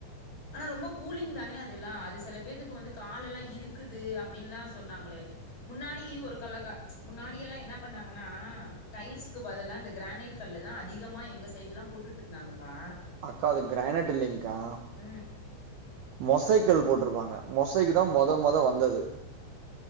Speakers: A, on the left; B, on the right.
A: ஆனா ரொம்ப கூலிங் தானே அதெல்லா அது செல பேத்துக்கு வந்து காலெல்லா இழுக்குது அப்புடின்லா சொன்னாங்களே முன்னாடி ஒரு கல்ல க முன்னாடியெல்லா என்ன பண்ணாங்கன்னா டைல்ஸ்கு பதிலா இந்த கிரானைட் கல்லுதா அதிகமா எங்க சைட்லா போட்டுட்ருந்தாங்கப்பா
B: அக்கா அது கிரானெட் இல்லிங்க்கா
A: ம்
B: மொசைக்கல் போட்ருப்பாங்க மொசைக்கிதா மொத மொத வந்தது